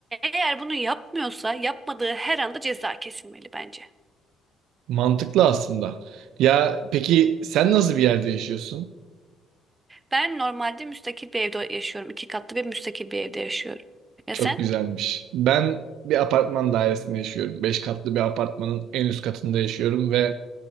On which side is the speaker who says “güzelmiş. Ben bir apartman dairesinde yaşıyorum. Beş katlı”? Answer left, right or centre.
Right